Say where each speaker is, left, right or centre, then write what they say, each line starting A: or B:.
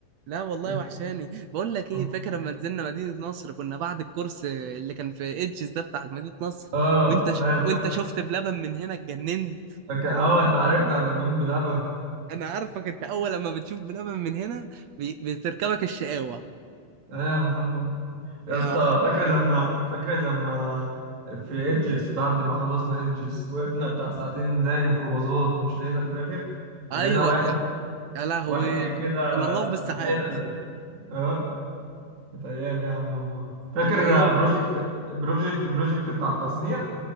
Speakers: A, on the right; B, on the right.
A: لا والله
B: انت
A: وحشاني بقول لك
B: <laughs>
A: ايه فاكر لما نزلنا مدينة نصر كنا بعد الكورس اللي كان في ايدجز ده بتاع مدينة نصر
B: اه
A: وانت ش...
B: ايوه
A: وانت
B: فاكر
A: شفت بلبن من هنا اتجننت
B: فاكر اه انت عارفنا يا مجنون بلبن
A: انا عارفك انت اول لما بتشوف بلبن من هنا بي... بتركبك الشقاوة
B: ايوه يا محمد يا
A: يا
B: اسطى
A: مع...
B: فاكر لما فاكر لما في ايدجز بعد ما خلصنا ايدجز وقفنا بتاع ساعتين نلاقي ميكروباصات ومش لقينا في الاخر ولقينا
A: ايوه
B: واحد
A: يا, يا لهوي
B: واحد جاي كده
A: كنا بنقف بالساعات
B: لحقنا في الاخر اه كانت ايام يا عم والله فاكر
A: كانت ايام
B: بروجكت بروجكت بروجكت بتاع التصنيع